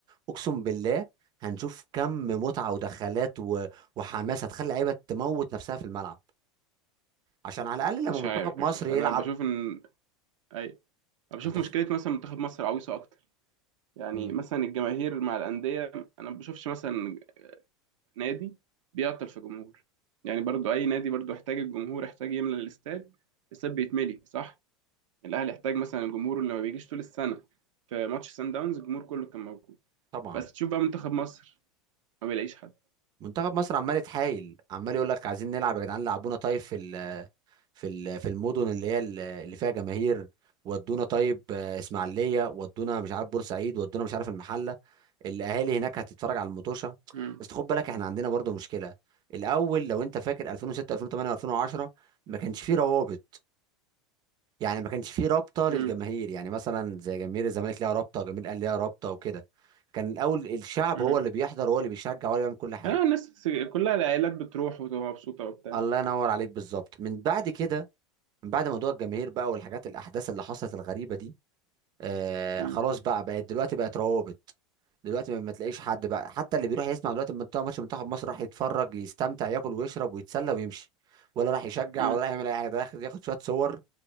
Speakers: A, on the right; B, on the right.
A: اقسم بالله هنشوف كم متعه ودخلات و... وحماس هتخلي لعيبه تموت نفسها في الملعب عشان على الاقل لما
B: مش
A: منتخب
B: عارف
A: مصر يلعب
B: انا بشوف ان اي أنا بشوف
A: انت
B: مشكله
A: في...
B: مثلا منتخب مصر عويصه اكتر يعني
A: مم،
B: مثلا الجماهير مع الانديه انا ما بشوفش مثلا نادي بيعطل في جمهور يعني برضو اي نادي برضو احتاج الجمهور احتاج يملى الاستاد الاستاد بيتملي صح الاهلي احتاج مثلا الجمهور اللي ما بيجيش طول السنه في ماتش سان داونز الجمهور كله كان موجود
A: طبعا
B: بس تشوف بقى منتخب مصر ما بيلاقيش حد
A: منتخب مصر عمال يتحايل عمال يقول لك عايزين نلعب يا جدعان لعبونا طيب في ال... في ال- في المدن اللي هي ال- اللي فيها جماهير ودونا طيب آه، اسماعيليه ودونا مش عارف بورسعيد ودونا مش عارف المحله الاهالي هناك هتتفرج على المطوشه
B: امم
A: بس خد بالك احنا عندنا برضو مشكله الاول لو انت فاكر 2006 2008 و2010 ما كانش فيه روابط يعني ما كانش فيه رابطه للجماهير
B: امم
A: يعني مثلا زي جماهير الزمالك ليها رابطه وجماهير الاهلي ليها رابطه وكده كان الاول الشعب
B: امم
A: هو اللي بيحضر هو اللي بيشجع هو اللي بيعمل كل حاجه
B: اه الناس كلها العائلات بتروح وتبقى مبسوطه وبتاع
A: الله ينور عليك بالظبط من بعد كده من بعد موضوع الجماهير بقى والحاجات الاحداث اللي حصلت الغريبه دي آه
B: امم
A: خلاص بقى بقت دلوقتي بقت روابط دلوقتي ما ما تلاقيش حد بقى حتى اللي بيروح يسمع دلوقتي من بتاع ماتش منتخب مصر راح يتفرج يستمتع ياكل ويشرب ويتسلى ويمشي ولا راح يشجع
B: امم
A: ولا راح يعمل اي حاجه ده راح ياخد شويه صور